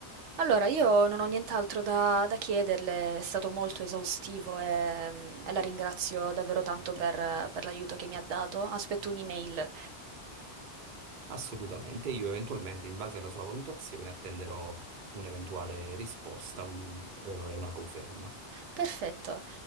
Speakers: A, on the right (about 85°); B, on the right (about 50°).
A: Allora, io non ho nient'altro da, da chiederle, è stato molto esaustivo e, mm, e la ringrazio davvero tanto per, per l'aiuto che mi ha dato. Aspetto un'email.
B: Assolutamente, io eventualmente, in base alla sua valutazione, attenderò un'eventuale risposta un- eh, e una conferma.
A: Perfetto,